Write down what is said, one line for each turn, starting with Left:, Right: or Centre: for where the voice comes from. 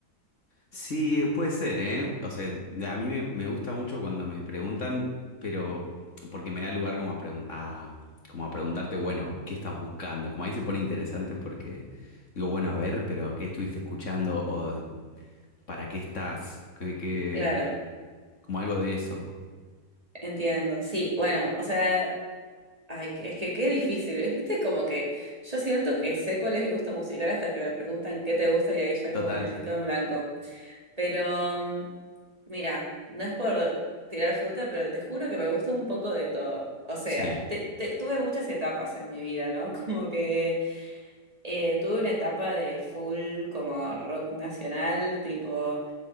Left: Sí, puede ser, ¿eh? O sea, a mí me, me gusta mucho cuando me preguntan, pero porque me da lugar como a, pregun- a- como a preguntarte, bueno, ¿qué estás buscando? Como ahí se pone interesante porque digo, bueno, a ver, pero ¿qué estuviste escuchando? ¿O para qué estás? ¿Qué, qué-
Right: Claro,
Left: Como algo de eso.
Right: entiendo. Sí, bueno, o sea... Ay, que- es que qué difícil, ¿ves? Viste como que yo siento que sé cuál es mi gusto musical hasta que me preguntan qué te gusta y ahí ya como
Left: Total.
Right: que me quedo en blanco. Pero mm, mira, no es por tirar fruta, pero te juro que me gusta un poco de todo. O sea,
Left: Sí,
Right: te- te- tuve muchas etapas en mi vida, ¿no? <laughs> Como que eh, tuve una etapa de full como rock nacional, tipo